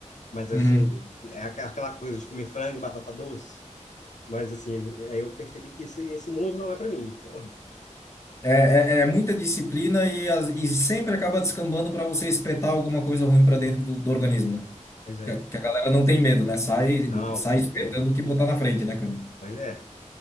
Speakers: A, on the left (about 70°); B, on the left (about 20°).
A: Mas assim,
B: Uhum.
A: é aqua- aquela coisa de comer frango e batata doce. Mas assim, aí eu percebi que isso, esse mundo não é para mim. Então,
B: É, é, é muita disciplina e, as- e sempre acaba descambando para você espetar alguma coisa ruim para dentro do, do organismo, né?
A: pois é.
B: Que a, que a galera não tem medo, né? Sai,
A: Não,
B: sai
A: tem
B: espetando
A: nenhum.
B: o que botar na frente, né, cara?
A: Pois é.